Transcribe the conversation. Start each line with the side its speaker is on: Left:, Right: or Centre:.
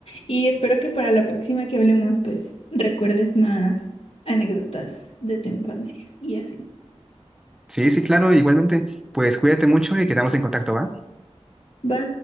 Left: y espero que para la próxima que hablemos, pues recuerdes más anécdotas de tu infancia y así.
Centre: Sí, sí, claro, igualmente, pues cuídate mucho y quedamos en contacto, ¿va?
Left: ¿Va?